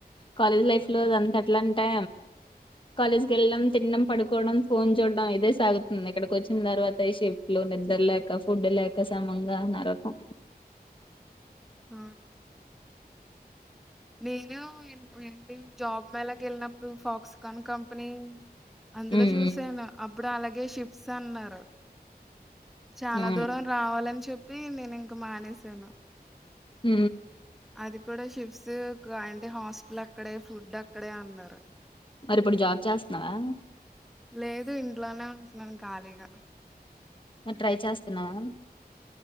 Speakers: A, on the left (about 30°); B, in the centre.
A: కాలేజ్ లైఫ్ లో అ దంత ఎట్లా అంటే కాలేజ్కి వెళ్ళడం తినడం పడుకోవడం ఫోన్ చూడడం ఇదే సాగుతుంది ఇక్కడికి వచ్చిన తర్వాత ఈ షిఫ్ట్లు నిద్ర లేక ఫుడ్ లేక సమంగా నరకం
B: అవ్ను నేను ఏంటి జాబ్ మేళకి వెళ్ళినప్పుడు ఫాక్స్కాన్ కంపెనీ అందులో
A: ఉమ్
B: చూసాను
A: ఉమ్
B: అబ్బ ఇప్పుడు అలాగే షిఫ్ట్స్ అన్నారు చాలా
A: అవును
B: దూరం రావాలని చెప్ప చెప్పి నేను ఇంక మానేసాను
A: హ
B: అది కూడా షిఫ్స్ అంటే హాస్టల్ అక్కడే ఫుడ్ అక్కడే అన్నారు
A: మరి ఇప్పుడు జాబ్ చేస్తున్నావా
B: లేదు ఇంట్లోనే ఉంటున్నాను ఖాళీగా
A: ట్రై చేస్తున్నావా